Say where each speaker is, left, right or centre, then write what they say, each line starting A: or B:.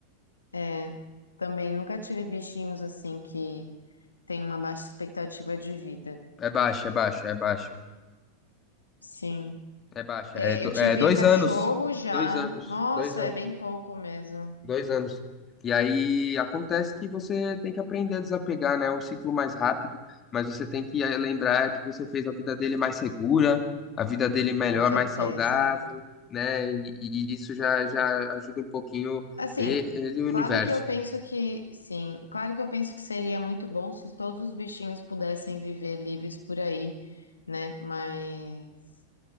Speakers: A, on the left (about 75°); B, on the left (about 25°).
A: É. Também nunca tive bichinhos assim que tem uma baixa expectativa de vida.
B: é baixa, é baixa, é baixa,
A: Sim.
B: é baixa.
A: É,
B: É, do-
A: eu tive
B: é dois
A: cachorro
B: anos,
A: já.
B: dois anos,
A: Nossa,
B: dois anos,
A: é bem pouco mesmo.
B: dois anos. E aí acontece que você tem que aprender a desapegar, né? É um ciclo mais rápido, mas você tem que eh, lembrar que você fez a vida dele mais segura, a vida dele melhor,
A: Com certeza.
B: mais saudável, né? E, e isso já, já ajuda um pouquinho
A: Assim,
B: e- ele e o universo.
A: claro que eu penso que, sim, claro que eu penso que seria muito bom se todos os bichinhos pudessem viver livres por aí, né? Mas